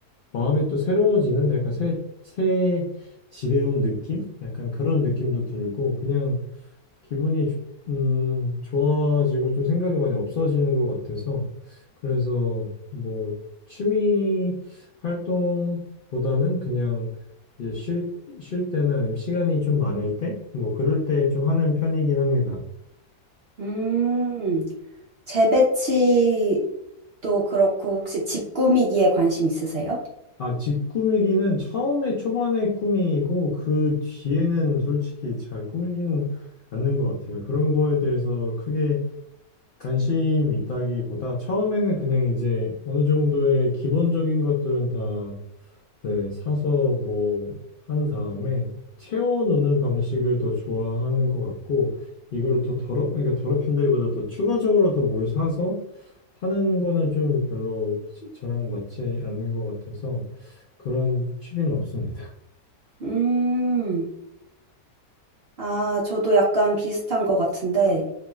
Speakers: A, on the left; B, on the right.
A: 마음이 또 새로워지는 약간 새, 새 집에 온 느낌? 약간 그런 느낌도 들고 그냥 기분이 주- 음, 좋아지고 좀 생각이 많이 없어지는 것 같아서 그래서 뭐 취미 활동보다는 그냥 이제 쉴, 쉴 때나 아니면 시간이 좀 많을 때 뭐 그럴 때 좀 하는 편이긴 합니다.
B: 음, 재배치도 그렇고 혹시 집 꾸미기에 관심 있으세요?
A: 아, 집 꾸미기는 처음에 초반에 꾸미고 그 뒤에는 솔직히 잘 꾸미지는 않는 것 같아요. 그런 거에 대해서 크게 관심 있다기보다 처음에는 그냥 이제 어느 정도의 기본적인 것들은 다 네, 사서 뭐 한 다음에 채워놓는 방식을 더 좋아하는 것 같고 이걸 더 더럽 그러니까 더럽힌다기보다 더 추가적으로 더 뭘 사서 하는 거는 좀 별로 저- 저랑 맞지 않는 것 같아서 그런 취미는 없습니다.
B: 음, 아, 저도 약간 비슷한 것 같은데